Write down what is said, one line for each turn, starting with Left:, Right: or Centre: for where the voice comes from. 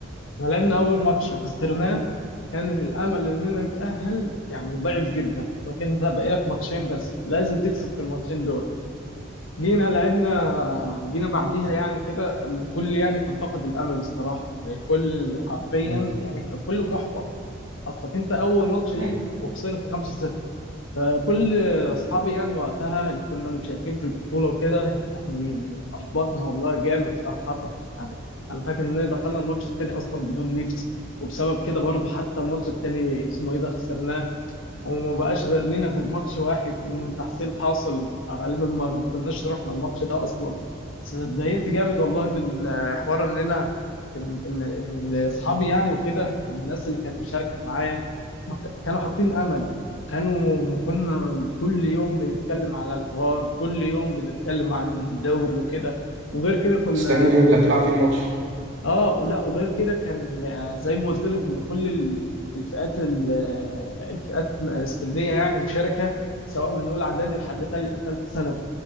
Left: احنا لعبنا اول ماتش خسرناه كان الامل اننا نتأهل يعني ضعيف جدا لكن انت بقالك ماتشين بس لازم تكسب في الماتشين دول جينا لعبنا جينا بعديها يعني كده الكل يعني كان فاقد الامل الصراحه يعني الكل حرفيا
Right: مم.
Left: يعني كان كله محبط اصلك انت اول ماتش ليك
Right: مم.
Left: وخسرت 5-0 فكل اصحابي يعني وقتها اللي كنا مشاركين في البطوله وكده يعني احبطنا والله جامد صراحه يعني انا فاكر اننا دخلنا الماتش التاني اصلا بدون نفس وبسبب كده برضه حتى الماتش التاني اسمه ايه ده خسرناه وما بقاش غير لينا غير ماتش واحد من تحصيل حاصل غالبا ما ما كناش رحنا الماتش ده اصلا بس اتضايقت جامد والله من آه، حوار ان انا ان ان ان اصحابي يعني وكده والناس اللي كانت مشاركه معايا ما ك- كانوا حاطين امل كانوا كنا كل يوم بنتكلم على الحوار كل يوم بنتكلم عن الدوري وكده وغير كده كنا
Right: مستني اليوم اللي هتلعب فيه الماتش
Left: اه لا وغير كده كان زي ما قلت لك ان كل ال- الفئات ال- الفئات السنيه يعني مشاركه سواء من اولى اعدادي لحد ثالثه ثانوي